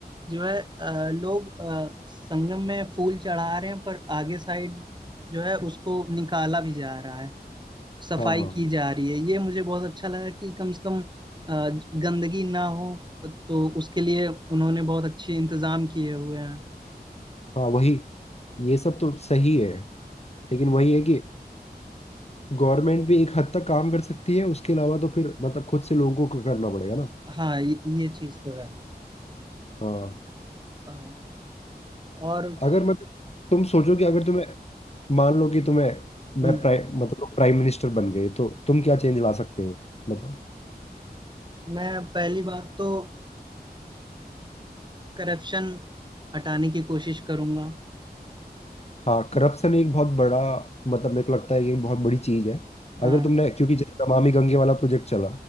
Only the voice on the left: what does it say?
हाँ हाँ
हाँ
हाँ वही ये सब तो सही है लेकिन वही है कि गवर्नमेंट भी एक हद तक काम कर सकती है उसके अलावा तो फिर मतलब खुद से लोगों को करना पड़ेगा ना
हाँ
अगर मतलब तुम सोचो कि अगर तुम्हें मान लो कि तुम्हें मैं
प्राइम मतलब प्राइम मिनिस्टर बन गए तो तुम क्या चेंज ला सकते हो मतलब
हाँ करप्शन एक बहुत बड़ा मतलब मेरे को लगता है कि एक बहुत बड़ी चीज है
अगर तुमने क्योंकि जैसे नमामि गंगे वाला प्रोजेक्ट चला